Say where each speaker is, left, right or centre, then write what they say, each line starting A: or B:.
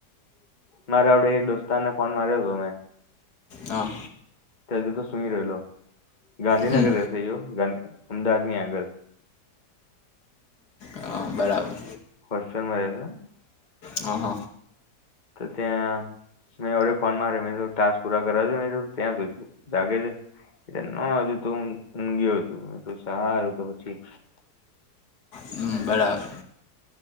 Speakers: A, on the left; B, on the left.
A: મારે આપડે એ દોસ્તાર ને ફોન માર્યો તે મે
B: હા.
A: તથી તો સુઈ રલો ગાંધીનગર
B: હમ
A: રહેશે યો અમદાવાદ ની આગળ
B: હા, બરાબર.
A: કોશ્ચનમાં <unintelligible>
B: હ હ.
A: તો ત્યાં મેં અવડે ફોન માર્યો મેં કીધું ટાસ્ક પૂરા કરવા છે મેં કીધું તો ત્યાં સુધી જાગે છે? એ ન હજું તો હું ઊંઘયો છું સારું તો પછી
B: હમ્મ, બરાબર.